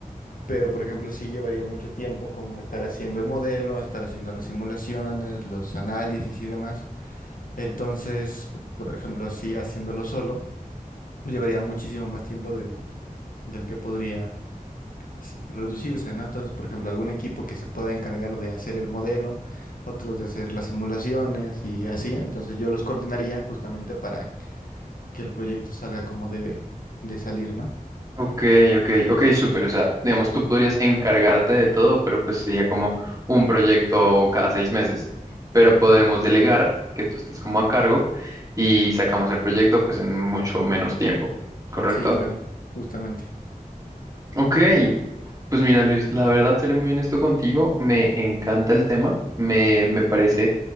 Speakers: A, on the left (about 70°); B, on the right (about 25°).
A: pero por ejemplo, sí llevaría mucho tiempo como estar haciendo el modelo, estar haciendo las simulaciones, los análisis y demás. Entonces, por ejemplo, así haciéndolo solo, llevaría muchísimo más tiempo del, del que podría. s- reducirse, ¿no? Entonces, por ejemplo, algún equipo que se pueda encargar de hacer el modelo, otros de hacer las simulaciones y así. Entonces yo los coordinaría justamente para que el proyecto salga como debe de salir, ¿no?
B: Ok, ok, ok, súper. O sea, digamos, tú podrías encargarte de todo, pero pues sería como un proyecto cada seis meses. Pero podemos
A: Eh,
B: delegar que tú estés como a cargo y sacamos el proyecto pues en mucho menos tiempo, ¿correcto?
A: sí, claro, justamente.
B: Ok, pues mira Luis, la verdad seré muy honesto contigo, me encanta el tema, me, me parece